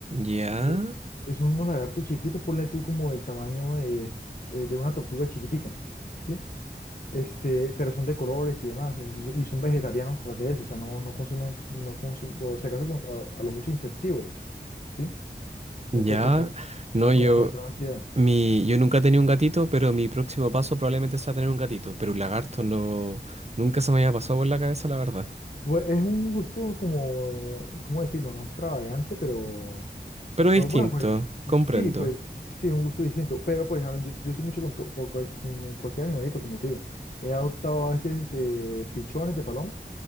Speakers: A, on the right (about 40°); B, on the left (about 55°).
A: Ya,
B: Eh, eh, son unos lagartos chiquitos, ponle tú como el tamaño de, eh, de una tortuga chiquitica, ¿sí? Este, pero son de colores y demás, es decir, y son vegetarianos tras de eso, o sea, no, no consumen, no consumen, o si acaso con- a, a lo mucho insectívoros, ¿sí? Entonces,
A: ya.
B: pues, me,
A: No,
B: me-
A: yo,
B: como que me trae ansiedad.
A: mi, yo nunca he tenido un gatito, pero mi próximo paso probablemente sea tener un gatito. Pero un lagarto no, nunca se me había pasado por la cabeza, la verdad.
B: Pues, es un gusto como, ¿cómo decirlo? No extravagante, pero,
A: Pero
B: pues,
A: es distinto,
B: bueno, pues,
A: comprendo.
B: sí, pues, sí, un gusto distinto, pero, pues, a mí- yo, yo soy mucho con, to- con, cual- con cualquier animalito, como te digo. He adoptado a veces eh, pichones de paloma,